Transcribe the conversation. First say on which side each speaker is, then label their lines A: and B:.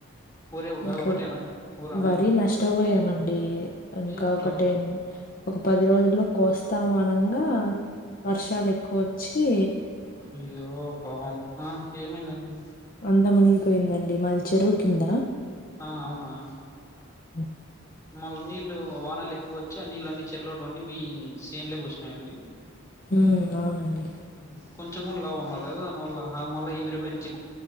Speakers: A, on the left (about 15°); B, on the left (about 40°).
A: ఊరే
B: ఇంకో
A: అదొకటేనా ఊర
B: వరి నష్టబోయామండి ఇంకా
A: ఏమట్లా
B: ఒకటేన్ ఒక పది రోజుల్లో కోస్తాం అనంగా వర్షాలెక్కువొచ్చి
A: అయ్యో పాపం ఆ ఏమైందండి
B: అందా మునిగిపోయిందండి మాది చెరువు కింద
A: ఆ అవునా
B: ఉ
A: మళ్ళ్ నీళ్లు వానలెక్కువొచ్చి ఆ నీళ్ళన్నీ చెర్లోట్ వన్నీ మీ సేన్ లేకొచ్చినాయండి
B: ఉ అవునండి
A: ఉ కొంచెం గున లాభం రాలేద దానివల్ల హాద్ మళ్ళా ఇమిరిపొయినిచ్చి